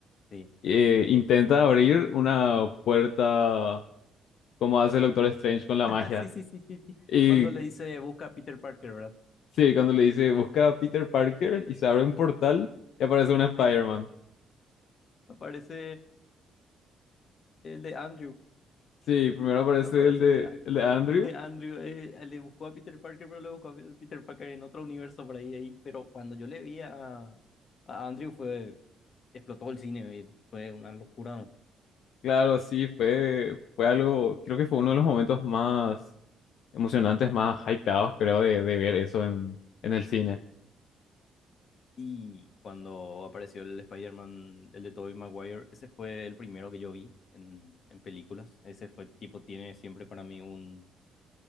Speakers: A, on the left (about 55°); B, on the left (about 75°).
A: Sí.
B: eh, intenta abrir una puerta como hace el Doctor Strange con la
A: <laughs>
B: magia.
A: Sí, sí, sí, sí, sí.
B: Y
A: Cuando le dice busca a Peter Parker, ¿verdad?
B: Sí, cuando le dice busca a Peter Parker y se abre un portal y aparece una Spider-Man.
A: <laughs> Aparece el de Andrew.
B: Sí, primero aparece
A: Aparece
B: el de,
A: el de,
B: el de Andrew.
A: el de Andrew. eh, le buscó a Peter Parker, pero le buscó a Peter Parker en otro universo por ahí, ahí. Pero cuando yo le vi a, a Andrew fue, explotó el cine, eh, fue una locura. ¿no?
B: Claro, sí, fue, fue algo, creo que fue uno de los momentos más emocionantes, más hypeados, creo, de, de ver eso en, en el cine.
A: Y cuando apareció el Spider-Man, el de Tobey Maguire, ese fue el primero que yo vi en, en películas. Ese fue tipo, tiene siempre para mí un,